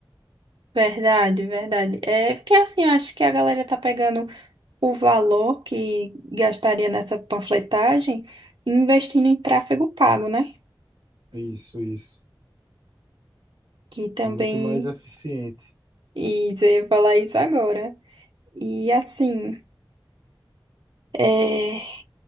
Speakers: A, on the right (about 70°); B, on the right (about 85°).
A: Verdade, verdade. É porque assim, eu acho que a galera tá pegando o valor que gastaria nessa panfletagem e investindo em tráfego pago, né?
B: Isso, isso.
A: Que também
B: É muito mais eficiente.
A: e você ia falar isso agora. E assim, é,